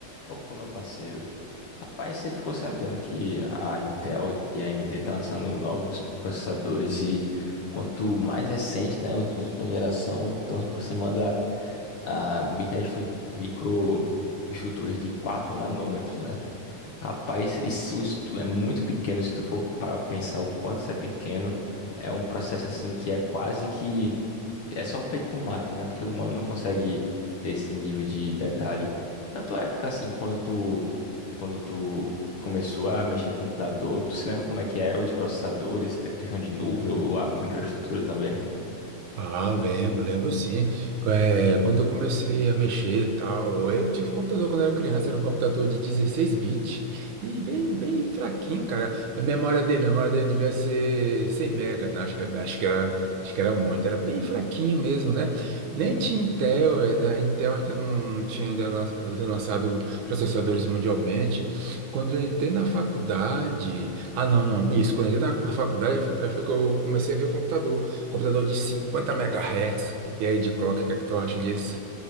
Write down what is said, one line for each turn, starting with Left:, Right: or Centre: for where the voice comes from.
Left: Opa, meu parceiro. Rapaz, você ficou sabendo que a Intel e a AMD tá lançando novos processadores e quanto mais recente, né, os de última geração estão se aproximando a, a microestru- microestruturas de 4 nanômetros, né? Rapaz, isso se tu- é muito pequeno se tu for para pensar o quanto isso é pequeno. É um processo assim que é quase que é só feito por máquina, né? Porque o humano não consegue ter esse nível de detalhe. Na tua época, assim, quando tu quando tu começou a mexer no computador, tu se lembra como é que eram os processadores, te- questão de núcleo, a microestrutura também?
Right: Ah, lembro, lembro sim. É, quando eu comecei a mexer e tal, eu tive um computador quando eu era criança, era um computador de 16 bits e bem, bem fraquinho, cara. A memória dele, a memória dele devia ser 100 mega, né? Acho que, acho que era, acho que era muito, era bem fraquinho mesmo, né? Nem
Left: É
Right: tinha Intel, eh, a Intel ainda não tinha ainda lan- lançado processadores mundialmente. Quando eu entrei na faculdade, ah, não, não, isso, quando eu entrei na, na faculdade, eu- eu- foi que eu comecei a ver computador. computador de cinquenta megahertz E aí, de clock, o que é que tu acha disso?